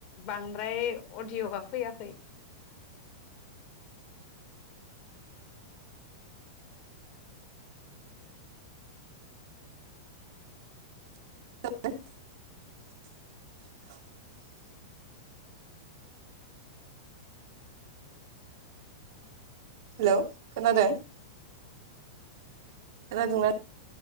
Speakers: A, on the left; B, on the right.
A: बांद्राय अदिय'आ फैयाखै।
B: <unintelligible> हेल' खोनादों? खोनादोंना